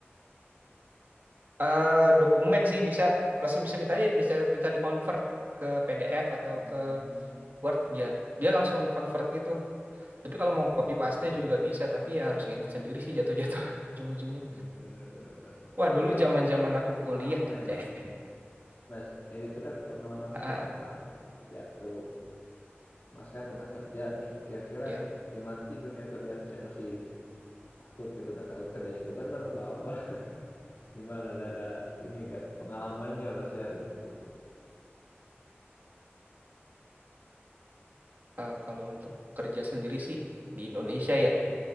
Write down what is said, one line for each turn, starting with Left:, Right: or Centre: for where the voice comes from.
Right: Eh, dokumen sih bisa langsung bisa minta bisa minta di convert ke PDF atau
Left: Hmm,
Right: ke Word ya. Dia langsung convert gitu Tapi kalau mau copy
Left: Ya, ya.
Right: paste juga bisa, tapi ya harus ngedit sendiri sih jatuh-jatuh <laughs> ujung-ujungnya.
Left: Hmm, bener bener bener.
Right: Wah,
Left: Ini
Right: dulu
Left: kan
Right: zaman-zaman
Left: pengalaman saya
Right: aku
Left: pertama
Right: kuliah anjay.
Left: ya Mas.
Right: <laughs>
Left: Mas, ini tuh kan pengalaman
Right: Ah,
Left: saya pertama ya, kerja tuh. Mas kan udah kerja nih. Kira-kira
Right: ya,
Left: gimana sih dunia kerja tuh saya masih takut gitu kan, takut kerjanya gak bener atau apa. <laughs> Gimana ada ada ini enggak pengalamannya lah share gitu.
Right: ah, kalau untuk kerja sendiri sih di Indonesia ya.